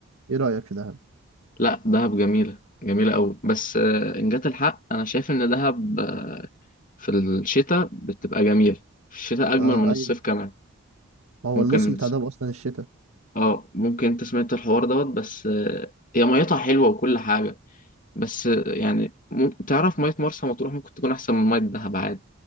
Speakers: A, on the right; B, on the left.
A: ايه رأيك في دهب؟
B: لا دهب جميلة جميلة أوي بس آه. إن جات الحق أنا شايف إن دهب آه. في الشتاء بتبقى جميلة في الشتاء أجمل
A: آه
B: من الصيف
A: أيوة
B: كمان
A: ما هو
B: ممكن
A: الموسم بتاع دهب أصلا الشتاء
B: اه ممكن انت سمعت الحوار دوت بس آه، هي ميتها حلوة وكل حاجة بس آه، يعني مم- تعرف مية مرسى مطروح ممكن تكون أحسن من مية دهب عادي